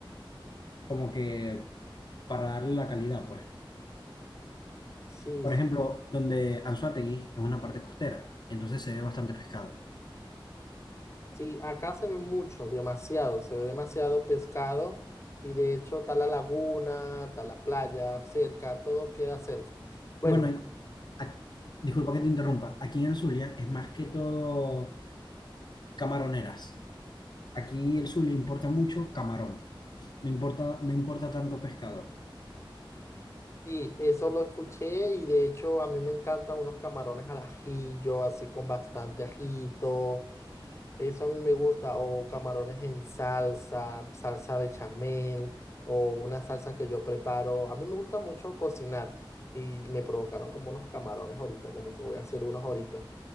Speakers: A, on the left (about 55°); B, on the left (about 30°).
A: como que para darle la calidad, pues.
B: Sí,
A: Por
B: sí.
A: ejemplo, donde Anzoátegui es una parte costera, entonces se ve bastante pescado.
B: Sí, acá se ve mucho, demasiado, se ve demasiado pescado y de hecho está la laguna, está la playa cerca, todo queda cerca. Bueno,
A: Bueno, y- ac- disculpa que te interrumpa, aquí en el Zulia es más que todo camaroneras. Aquí el Zulia importa mucho camarón, no importa, no importa tanto pescado.
B: y eso lo escuché y de hecho a mí me encantan unos camarones al ajillo, así con bastante ajito, eso a mí me gusta, o camarones en salsa, salsa bechamel o una salsa que yo preparo. A mí me gusta mucho cocinar y me provocaron como unos camarones ahorita, como que voy a hacer unos ahorita.